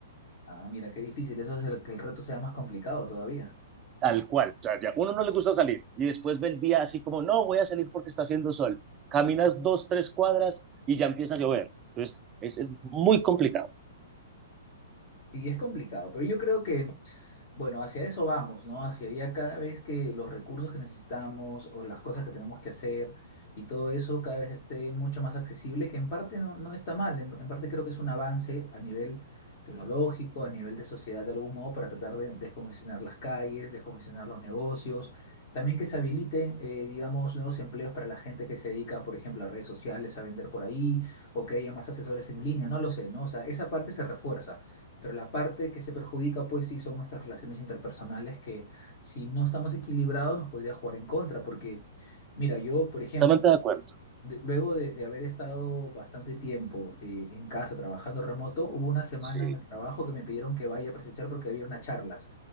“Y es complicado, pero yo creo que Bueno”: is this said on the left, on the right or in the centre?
Left